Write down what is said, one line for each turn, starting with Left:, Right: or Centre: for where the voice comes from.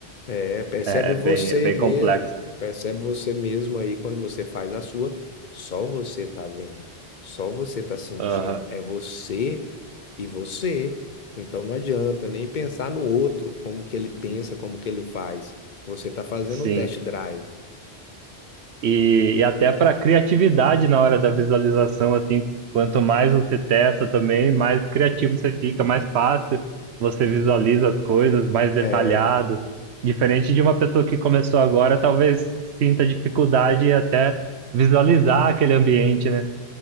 Left: É, percebe
Right: É, é
Left: você
Right: bem, é bem
Left: mesmo,
Right: complexo.
Left: percebe você mesmo aí quando você faz a sua, só você tá vendo, só você tá sentindo,
Right: Aham,
Left: é você e você. Então não adianta nem pensar no outro, como que ele pensa, como que ele faz. Você tá fazendo
Right: sim.
Left: o test drive.
Right: E, e até para criatividade na hora da visualização, assim, quanto mais você testa também, mais criativo você fica, mais fácil você visualiza as coisas, mais detalhado.
Left: É.
Right: Diferente de uma pessoa que começou agora, talvez sinta dificuldade até visualizar aquele ambiente, né?